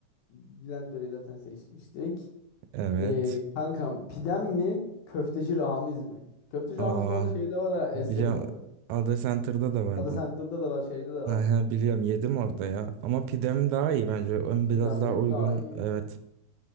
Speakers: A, on the left; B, on the right.
A: Bülent Börek'i zaten seçmiştik.
B: Evet.
A: Ee, kankam pidem mi? Köfteci Ramiz mi? Köfteci Ramiz
B: Aa.
A: bu arada şeyde var ha Esen'in
B: Biliyorum.
A: orada.
B: Ada Center'da da var
A: Ada
B: bu.
A: Center'da da var şeyde de var.
B: Ha, ha, biliyorum yedim orada ya. Ama pidem daha iyi bence. Ön biraz
A: Pidem
B: daha
A: net
B: uygun.
A: daha iyi
B: Evet.
A: ya.